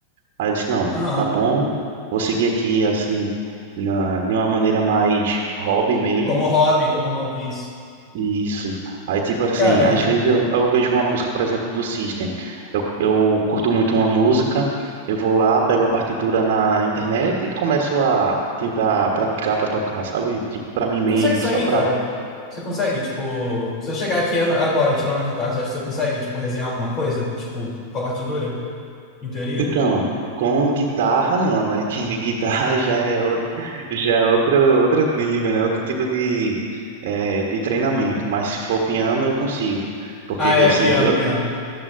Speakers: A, on the right; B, on the left.
A: Aí eu disse: não,
B: Aham.
A: tá bom, vou seguir aqui assim, na- de uma maneira mais hobby mesmo.
B: Como hobby, como hobby, isso.
A: e Isso. Aí, tipo assim,
B: Cara,
A: às vezes eu, eu vejo uma música, por exemplo, do System. Eu, eu curto muito uma música, eu vou lá, pego a partitura na internet e começo a tentar praticar para tocar, sabe? Tipo, para mim
B: e
A: mesmo,
B: consegue sair,
A: só para.
B: cara? Você consegue, tipo, se eu chegar aqui an- agora e te dar uma guitarra, você acha que você consegue, tipo, resenhar alguma coisa? Tipo, com a partitura, em teoria?
A: Então, com guitarra não, né? Que <laughs> guitarra já é outro, já é outro, outro nível, né? Outro tipo de, eh, de treinamento. Mas se for piano, eu consigo. Porque,
B: Ah, é,
A: assim,
B: piano,
A: eu
B: piano.